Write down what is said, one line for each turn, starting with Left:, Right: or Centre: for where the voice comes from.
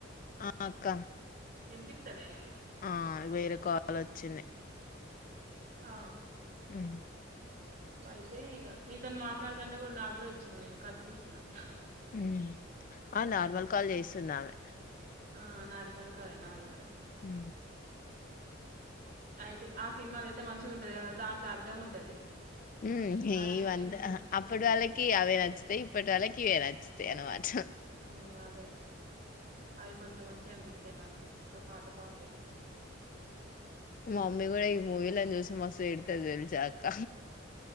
Left: అ అక్క
Right: వినిపిస్తలే
Left: ఆ వేరేకాల్ వచ్చింది
Right: ఆ
Left: ఉమ్
Right: అయితే ఇగ నీతోను మాట్లాడతంటే కూడా నాగూడ వచ్చింది నేను కట్ చేసిన అది
Left: ఉ ఆ నార్మల్ కాల్ చేస్తున్నా ఆమే
Right: ఆ నార్మల్ కాలేనా అది కూడా
Left: హు
Right: అయితే ఆ సినిమాలు అయితే మంచిగా ఉంటది. కదా దాంట్లో అర్థం ఉంటది.
Left: ఉమ్ ఏయి
Right: అదే
Left: వంద
Right: నేను
Left: అప్పటి వాళ్ళకి అవే నచ్చుతాయ్ ఇప్పటి వాళ్ళకి కేగదా చిఎన్ పడ్
Right: ఉ అదే అవి కొంచెం మంచి చన్ పి తే నాకు ఇంకా పాత పాతే
Left: మా మమ్మీ కూడా ఈ మూవీలను చూసి మస్తు తిడతది తెలిచా అక్క